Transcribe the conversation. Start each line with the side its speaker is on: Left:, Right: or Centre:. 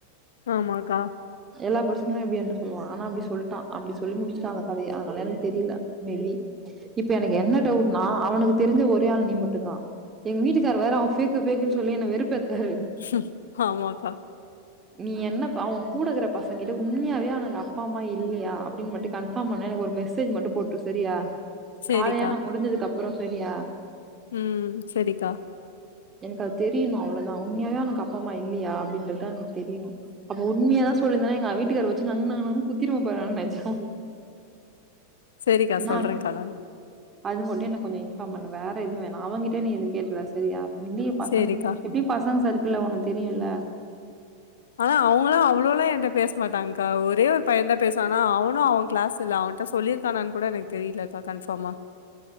Left: ஆமாக்கா
Right: எல்லா பிரசன்னையு வந்து என்ட சொல்லுவா ஆனா அப்டி சொல்லிட்டா அப்டி சொல்லி முடிச்சுடா அந்த கதைய அதனால எனக்கு தெரில மேபி இப்ப எனக்கு என்ன டவுட்னா அவனுக்கு தெரிஞ்ச ஒரே ஆள் நீ மட்டு தா எங்க வீட்டுக்கார் வேற அவன் ஃபேக்கு ஃபேக்குன்னு சொல்லி என்ன வெறுப்பேத்துறாரு
Left: ம் ஆமாக்கா
Right: நீ என்னப்பா அவன் கூடக்கற பசங்ககிட்ட உண்மையாவே அவனுக்கு அப்பா அம்மா இல்லையா அப்டின்னு மட்டு கன்ஃபார்ம் பண்ண எனக்கு ஒரு மெசேஜ் மட்டு போட்டுரு சரியா
Left: சரிக்கா.
Right: காரியேலா முடிஞ்சதுக்கு அப்றோ சரியா
Left: ம் சேரிக்கா
Right: எனக்கு அது தெரியணு அவ்ளோதா உண்மையாவே அவனுக்கு அப்பா அம்மா இல்லையா அப்டின்றதுதா அவனு தெரியிணு அப்ப உண்மையத சொல்லிருந்தன எங்க வீட்டுக்கார வச்சு நங் நங் நங்னு குத்திருவ பாரு நெஜோ
Left: சேரிக்கா சொல்றேன்க்கா
Right: நா
Left: நானு
Right: அது மட்டும் எனக்கொஞ்சோ இன்பார் பண்ணுங்க வேற எதுவு வேண அவங்கிட்டே நீ எது கேட்டுறா சரியா எப்டியு பசங்க
Left: சரிக்கா.
Right: எப்டியு பசங்க சர்க்குல்ல உனக்கு தெரியுல
Left: ஆனா அவங்களா அவ்ளோளா எட பேச மாட்டான்ங்கா ஒரே ஒரு பையன் தா பேசுவா ஆனா அவனு அவ கிளாஸ் இல்ல அவன்ட்ட சொல்லிருக் இருக்கனா கூட எனக்கு தெரியலக்கா கன்ஃபாம்மா